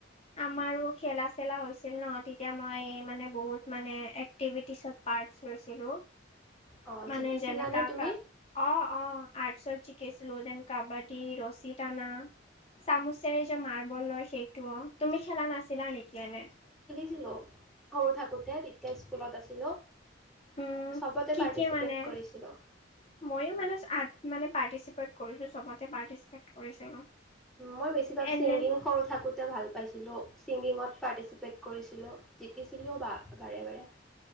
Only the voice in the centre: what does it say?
অঁ
জিতিছিলানে
তুমি
ছিলোঁ সৰু থাকোতে তেতিয়া স্কুলত আছিলো।
চবতে
পাৰ্টিচিপেট
কৰিছিলো।
মই বেছিভাগ
ছিংগিং সৰু থাকোতে ভাল পাইছিলো, ছিংগিঙত পাৰ্টিচিপেট কৰি ছিলো জিকিছিলোও বা বাৰে বাৰে